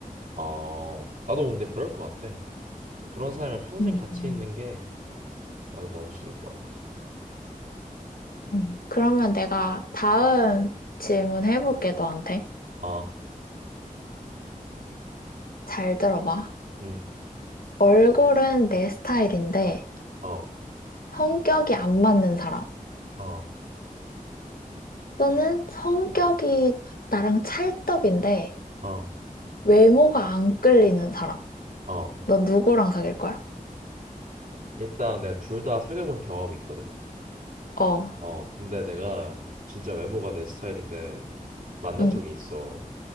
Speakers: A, on the right; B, on the left.
A: 어, 나도 근데 그럴 것 같아. 그런 사람이랑 평생
B: 음,
A: 같이 있는 게 나도 너무 싫을 것 같아.
B: 음. 그러면 내가 다음 질문 해볼게, 너한테.
A: 어,
B: 잘 들어봐.
A: 음,
B: 얼굴은 내 스타일인데
A: 어,
B: 성격이 안 맞는 사람.
A: 어,
B: 또는 성격이 나랑 찰떡인데
A: 어,
B: 외모가 안 끌리는 사람.
A: 어.
B: 너 누구랑 사귈 거야?
A: 일단 내가 둘 다 사귀어본 경험이 있거든.
B: 어,
A: 어, 근데 내가 진짜 외모가 내 스타일인데 만난
B: 응,
A: 적이 있어.